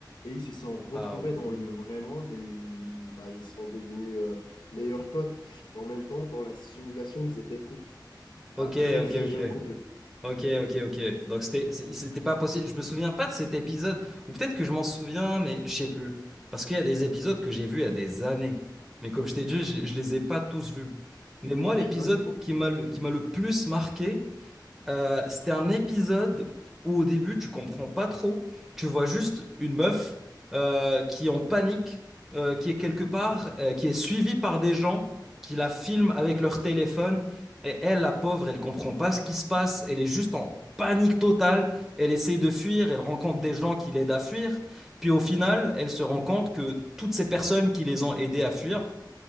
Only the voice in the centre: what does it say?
Ah ouais.
Ok,
ok, ok.
Ok, ok, ok. Donc c'était c'est- c'était pas possible. Je me souviens pas de cet épisode. Ou peut-être que je m'en souviens, mais je sais plus. Parce qu'il y a des épisodes que j'ai vus il y a des années. Mais comme je t'ai dit, je, je les ai pas tous vus. Mais moi, l'épisode
qui m'a le, qui m'a le plus marqué, euh, c'était un épisode où au début tu comprends pas trop, tu vois juste une meuf euh, qui est en panique, euh, qui est quelque part, euh, qui est suivie par des gens qui la filment avec leur téléphone et elle, la pauvre, elle comprend pas ce qui se passe, elle est juste en panique totale, elle essaye de fuir, elle rencontre des gens qui l'aident à fuir, puis au final elle se rend compte que toutes ces personnes qui les ont aidés à fuir,